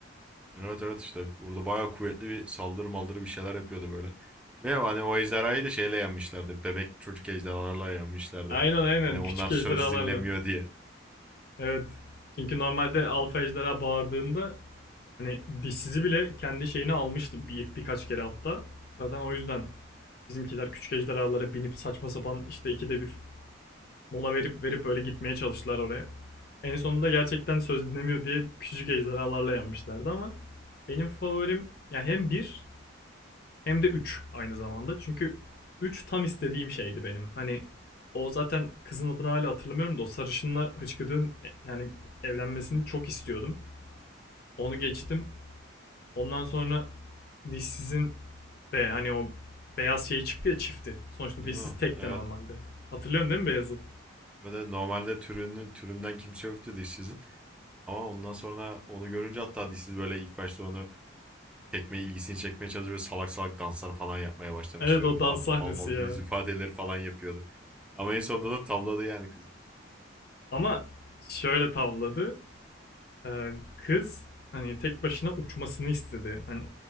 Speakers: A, in the centre; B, on the left.
A: Evet evet işte burada bayağı kuvvetli bir saldırı maldırı bir şeyler yapıyordu böyle. Ve hani o ejderhayı da şeyle yenmişlerdi. Bebek çocuk ejderhalarla yenmişlerdi.
B: Aynen aynen
A: Hani onlar
B: küçük
A: söz
B: ejderhalarla.
A: dinlemiyor diye.
B: Evet. Çünkü normalde alfa ejderha bağırdığında hani dişsizi bile kendi şeyini almıştı bir, birkaç kere hatta. Zaten o yüzden bizimkiler küçük ejderhalara binip saçma sapan işte ikide bir mola verip verip böyle gitmeye çalıştılar oraya. En sonunda gerçekten söz dinlemiyor diye küçük ejderhalarla yenmişlerdi ama benim favorim ya hem bir hem de 3 aynı zamanda. Çünkü 3 tam istediğim şeydi benim. Hani o zaten kızın adını hala hatırlamıyorum da o sarışınla hıçkırığın e, yani evlenmesini çok istiyordum. Onu geçtim. Ondan sonra dişsizin ve hani o beyaz şey çıktı ya çifti. Sonuçta
A: Hı,
B: dişsiz tekti
A: evet.
B: normalde. Hatırlıyorsun değil mi beyazı?
A: Ve de normalde türünün türünden kimse yoktu dişsizin. Ama ondan sonra onu görünce hatta dişsiz böyle ilk başta onu çekmeye ilgisini çekmeye çalışıyor. Böyle salak salak danslar falan yapmaya başlamıştı.
B: Evet o
A: Böyle mal
B: dans sahnesi
A: mal, mal
B: ya.
A: yüz ifadeleri falan yapıyordu. Ama en sonunda da tavladı yani kızı.
B: Ama şöyle tavladı. Ee, kız hani tek başına uçmasını istedi. Hani